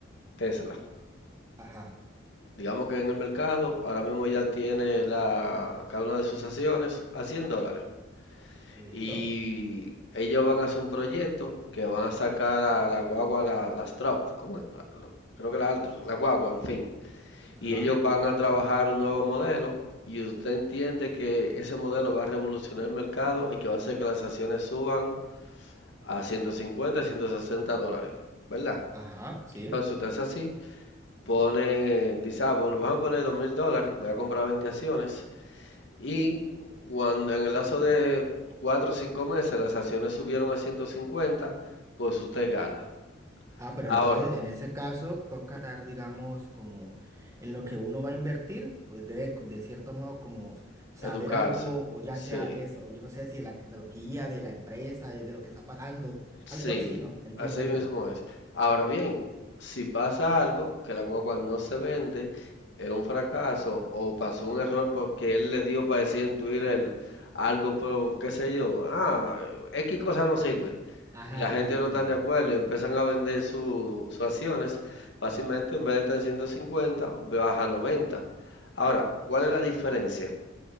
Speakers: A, on the left; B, on the right.
A: Tesla.
B: Ajá,
A: Digamos
B: listo.
A: que en el mercado ahora mismo ya tiene la, cada una de sus acciones a 100 dólares.
B: ¿Listo?
A: Y ellos van a hacer un proyecto que van a sacar a la guagua, la, las Trop, ¿cómo es? La- la- creo que la Altros, la guagua, en fin.
B: Ajá,
A: y ellos van
B: sí,
A: a trabajar
B: sí.
A: un nuevo modelo y usted entiende que ese modelo va a revolucionar el mercado y que va a hacer que las acciones suban a 150, 160 dólares, ¿verdad?
B: Ajá, sí.
A: Entonces si usted hace así, pone, dice, ah, bueno, vamos a poner 2 mil dólares, voy a comprar 20 acciones y cuando en el lazo de 4 o 5 meses las acciones subieron a 150, pues usted gana.
B: Ah, pero
A: Ahora,
B: entonces en ese caso toca estar, digamos, como en lo que uno va a invertir, pues debe cu- de cierto modo como saber
A: educarse.
B: algo, o ya
A: Sí,
B: sea eso, o yo no sé si de la tecnología, de la empresa, de de lo que está pasando,
A: Sí,
B: algo así, ¿no? Entiendo
A: así
B: yo.
A: mismo es. Ahora bien, si pasa algo, que la guagua no se vende, es un fracaso o pasó un error porque él le dio para decir en Twitter algo, pero, qué sé yo, ah, X cosa no sirve
B: Ajá,
A: y la gente
B: sí,
A: no
B: sí.
A: está de acuerdo y empiezan a vender su- sus acciones, fácilmente en vez de estar en 150 baja a 90. Ahora, ¿cuál es la diferencia?